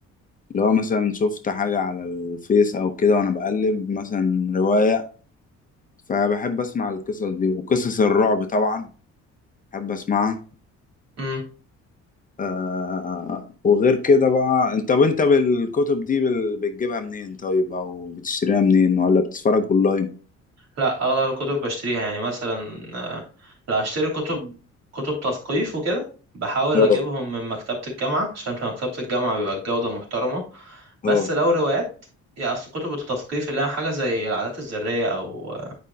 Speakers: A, on the left; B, on the right.
A: اللي هو مثلا شفت حاجة على الفيس او كده وانا بقلب مثلا رواية فبحب اسمع القصص دي وقصص الرعب طبعا بحب اسمعها
B: امم
A: آه وغير كده بقى انت طب انت بالكتب دي بال- بتجيبها منين طيب او بتشتريها منين ولا بتتفرج اونلاين
B: لا اغلب الكتب بشتريها يعني مثلا آه، لا اشتري كتب كتب تثقيف وكده بحاول
A: اه
B: اجيبهم من مكتبة الجامعة عشان في مكتبة الجامعة بيبقى الجودة محترمة بس
A: اه
B: لو روايات يا اصل كتب التثقيف اللي هي حاجه زي العادات الذريه او